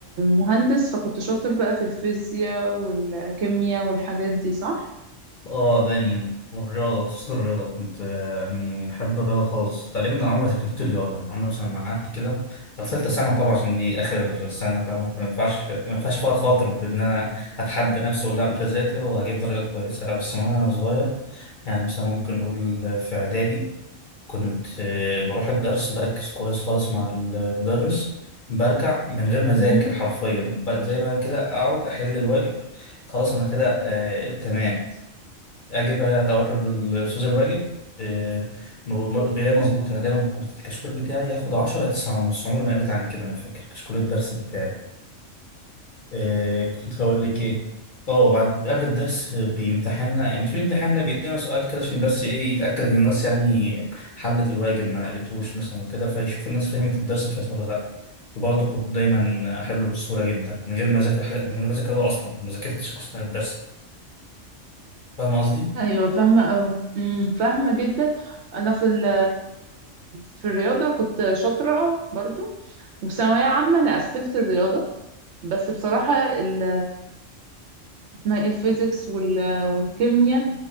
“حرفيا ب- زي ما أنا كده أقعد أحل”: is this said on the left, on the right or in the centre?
Left